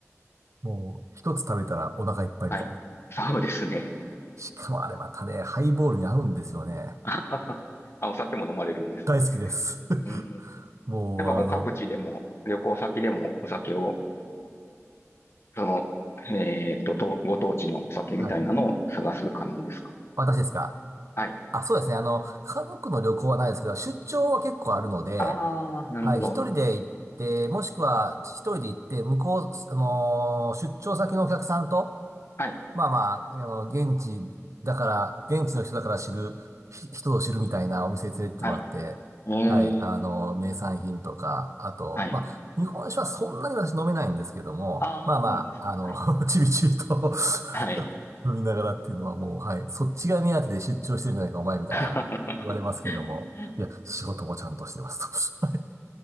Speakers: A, on the right; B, on the left.
A: もう、一つ食べたらお腹いっぱいみたいな。
B: はい。そうですね。
A: しかもあれまたね、ハイボールに合うんですよね。
B: <laughs> あははあお酒も飲まれるんです。
A: 大好きです。<laughs>
B: うん。
A: もう、
B: なんかこう各地でも、
A: あの、
B: 旅行先でもお酒を、その、えっと、とご当地のお酒みたいなのを探す感じですか。
A: はい。私ですか。
B: はい。
A: あ、そうですね。あの、家族の旅行はないですけど、出張は結構あるので、
B: ああ、なるほど。
A: はい、一人で行って、もしくは一人で行って、向こう、あのー出張先のお客さんと、
B: はい。
A: まあまあ、あの、現地だから、現地の人だから知る、ひ人を知るみたいなお店に連れてってもらって、
B: はい。えー、
A: はい、あの、名産品とか、あと、
B: はい。
A: まあ、日本酒はそんなに私飲めないんですけども、
B: ああ、
A: まあまあ、
B: そうなんですね。
A: あの、
B: はい。
A: <laughs> ちびちびと
B: はい。
A: <laughs> 飲みながらっていうのはもう、はい、そっちが目当てで出張してるんじゃないか、お前みたいな、
B: <laughs>
A: 言われますけども、いや、仕事もちゃんとしてますと。<laughs>